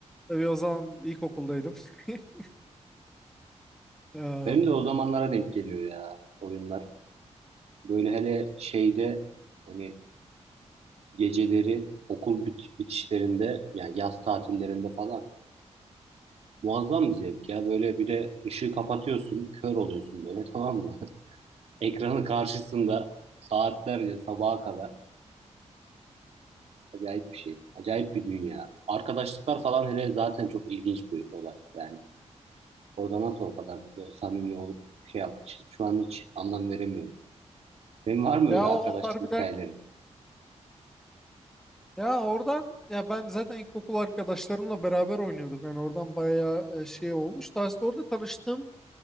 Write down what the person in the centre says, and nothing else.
tabii o zaman ilkokuldaydım. <laughs> Ee,
ya
o
harbiden
ya oradan ya ben zaten ilkokul arkadaşlarımla beraber oynuyorduk. Yani oradan bayağı e, şey olmuş. Daha sonra orada tanıştığım